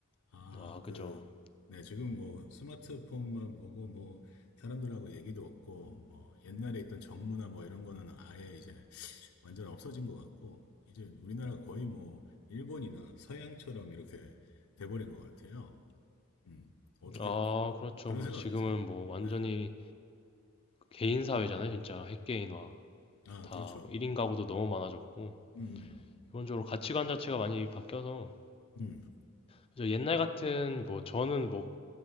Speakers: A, on the left; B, on the left.
A: 아,
B: 아,
A: 그,
B: 그죠.
A: 네, 지금 뭐 스마트폰만 보고 뭐 사람들하고 얘기도 없고 뭐 옛날에 있던 정문화 뭐 이런 거는 아예 이제 완전 없어진 것 같고, 이제 우리나라가 거의 뭐, 일본이나 서양처럼 이렇게 돼버린 것 같아요. 음. 어떻게,
B: 아, 그렇죠.
A: 그런
B: 뭐
A: 생각
B: 지금은
A: 안 드세요?
B: 뭐 완전히
A: 네.
B: 개인 사회잖아요. 진짜 핵개인화.
A: 아,
B: 다뭐
A: 그렇죠.
B: 1인 가구도 너무 많아졌고,
A: 음,
B: 기본적으로 가치관 자체가 많이 바뀌어서,
A: 음.
B: 그죠. 옛날 같은 뭐 저는 뭐